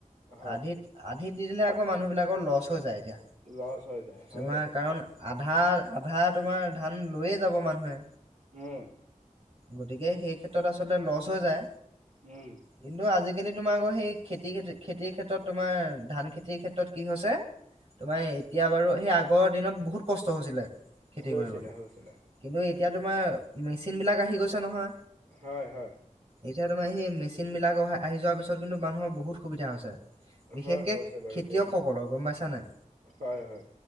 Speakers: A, on the right; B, on the right.
A: হয়
B: আধিত আ। সি দি দিলে আকৌ মানুহবিলাকৰ লছ হৈ এতিয়া যায়।
A: লচ হৈ যায় হয়
B: তোমাৰ
A: বাৰু।
B: কাৰণ আধা আধা তোমাৰ ধান লৈয়ে যাব মানুহে।
A: উম।
B: গতিকে সেই ক্ষেত্ৰত আচলতে লচ হৈ যায়।
A: উম।
B: কিন্তু আজিকালি তোমাৰ আকৌ সেই খেতি খেতিৰ ক্ষেত্ৰত তোমাৰ ধান খেতিৰ ক্ষেত্ৰত কি হৈছে। তোমাৰ এতিয়া বাৰু সেই আগৰ দিনত বহুত কষ্ট হৈছিলে। খেতি
A: হৈছিলে
B: কৰিবলে
A: হৈছিলে।
B: কিন্তু এতিয়া তোমাৰ মেচিন বিলাক আহি গৈছে নহয়।
A: হয়, হয়।
B: এতিয়া তোমাৰ সেই মেচিন বিলাক অহ আহি যোৱাৰ পিছত কিন্তু মানুহৰ বহুত সুবিধা হৈছে। বিশেষকে
A: হয় হৈছে বাৰু
B: খেতিয়কসকলৰ
A: দেই
B: গম পাইছা নাই
A: হয় হয়